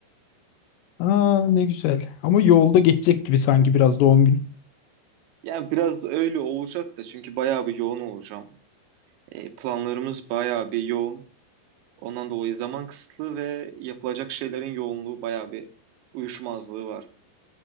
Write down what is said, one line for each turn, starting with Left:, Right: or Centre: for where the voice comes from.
Left: Aa ne güzel. Ama yolda geçecek gibi sanki biraz doğum günü.
Right: Yani biraz öyle olacak da çünkü bayağı bir yoğun olacağım. E, planlarımız bayağı bir yoğun. Ondan dolayı zaman kısıtlı ve yapılacak şeylerin yoğunluğu bayağı bir uyuşmazlığı var.